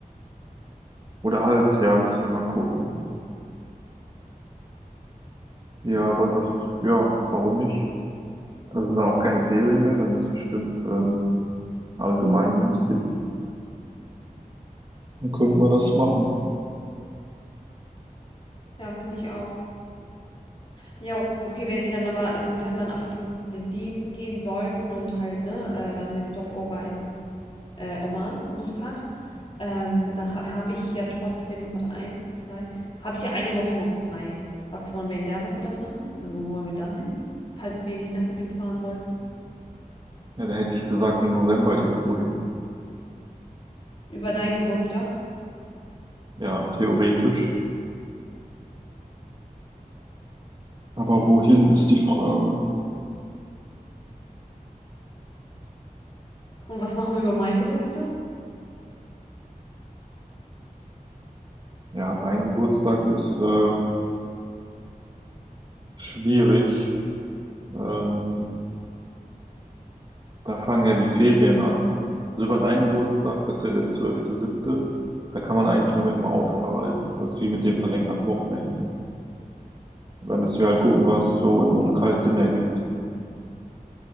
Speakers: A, on the right; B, on the left.
A: Oder halt, ja, müssen wir mal gucken. Ja, aber das, ja, warum nicht? Da sind dann auch keine Ferien mehr, dann ist es bestimmt ähm, allgemein günstig. Dann könnten wir das machen.
B: Ja, finde ich auch. Ja, okay, wenn wir dann aber im September auf die Malediven gehen sollten und halt, ne, äh, dann mit Stopover in äh, Oman, Muscat, ähm, dann ha habe ich ja trotzdem noch, was eins, zwei, habe ich ja eine Woche noch frei. Was wollen wir in der Woche dann machen? Also wo wollen wir dann hin? Falls wir nicht nach Didim fahren sollten.
A: Ja, da hätte ich gesagt, im November irgendwo hin.
B: Über deinen Geburtstag?
A: Ja, theoretisch. Aber
B: Okay.
A: wohin ist die Frage?
B: Ja. Und was machen wir über meinen Geburtstag?
A: Ja, dein Geburtstag ist äh, schwierig. Ähm, da fangen ja die Ferien an. Also über deinen Geburtstag, das ist ja der zwölfte siebte, da kann man eigentlich nur mit dem Auto verreisen. Das ist wie mit den verlängerten Wochenenden. Da müssen wir halt gucken, was so im Umkreis Sinn ergibt.